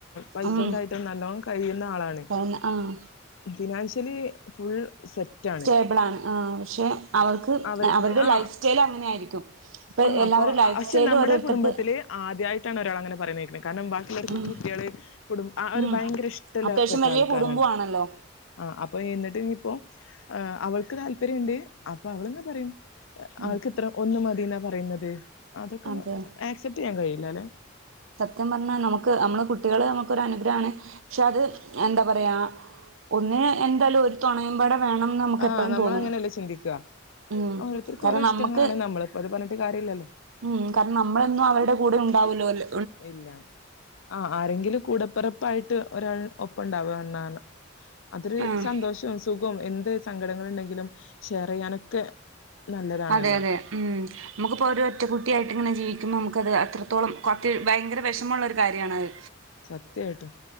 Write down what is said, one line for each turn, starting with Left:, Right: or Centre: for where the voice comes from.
Left: പൈസ
Right: ഉം
Left: ഒണ്ടായിട്ട് നല്ലോണം കയിയുന്ന ആളാണ്
Right: കാരണം ആഹ്
Left: ഫിനാൻഷ്യലി ഫുൾ സെറ്റാണ്
Right: സ്റ്റേബ്ളാണ് ആ പക്ഷെ അവർക്ക്
Left: അവർക്ക്
Right: അവരുടെ
Left: ആ
Right: ലൈഫ് സ്റ്റൈൽ അങ്ങനെ ആയിരിക്കും ഇപ്പൊ
Left: ആ
Right: എല്ലാവരും
Left: അപ്പൊ
Right: ലൈഫ്
Left: ക്ഷെ
Right: സ്റ്റൈലും
Left: നമ്മടെ
Right: ഓരോരുത്തർക്ക്
Left: കുടുംബത്തില് ആദ്യായിട്ടാണ് <unintelligible> കാരണം ബാക്കിയുള്ളർക്ക്
Right: ഉം
Left: കുട്ടിയാള് കുടുംബ ആ ഒരു
Right: ഉം
Left: ഭയങ്കര ഇഷ്ടല്ല
Right: അത്യാവശ്യം
Left: പ്പെട്ട
Right: വലിയ
Left: ആൾക്കാരാണ്
Right: കുടുംബമാണല്ലോ
Left: ആ അപ്പ എന്നിട്ട് ഇനിയിപ്പോ ആ അവൾക്ക് താല്പര്യംണ്ട് അപ്പ അവള്ങ്ങനെ പറയും
Right: ഉം
Left: ആൾക്ക് ഇത്ര ഒന്ന് മതി പറയ്ന്നത് അതൊക്കെന്ന്
Right: അതെ
Left: ആക്സെറ്റ് ചെയ്യണ്ടെ <unintelligible>
Right: സത്യം പറഞ്ഞാ നമുക്ക് നമ്മള് കുട്ടികള് നമുക്കോരു അനു ക്ഷെ അത് എന്താ പറയാ ഒന്ന് എന്തായാലും ഒരു തോണയുമ്പാടെ വേണംന്ന് നമുക്ക്
Left: ആഹ്
Right: എപ്പോഴും
Left: നമ്മളങ്ങനെയല്ലേ
Right: തോന്നും
Left: ചിന്തിക്കുക
Right: ഉം
Left: ഓരോരുത്തർക്ക്
Right: കാരണം
Left: ഓരോ ഇഷ്ടങ്ങളാണ്
Right: നമ്മക്ക്
Left: നമ്മളിപ്പോ അത് പറഞ്ഞിട്ട് കാര്യല്ലല്ലോ
Right: ഉം കാരണം നമ്മളൊന്നും അവരുടെ കൂടെ ഉണ്ടാവല്ലോ അല്ല
Left: ഇല്ല ആഹ ആരെങ്കിലും കൂടപ്പറപ്പായിട്ട് ഒരാൾ ഒപ്പം ഉണ്ട അവ അന്നാണ് അതൊരു
Right: ആഹ്
Left: സന്തോഷവും സുഖവും എൻ ന്ദ് സങ്കടങ്ങള്ണ്ടെങ്കിലും ഷെയർ ചെയ്യാനൊക്കെ നല്ലതാണല്ലോ
Right: അതെ അതെ ഉം നമുക്പ്പോര് ഒറ്റ കുട്ടിയായിട്ട്ങ്ങനെ ജീവിക്കുമ്പം നമുക്കത് അത്രത്തോളം കൊത്തി ഭയങ്കര വിഷമുള്ള ഒരു കാര്യണത്
Left: സത്യായിട്ടും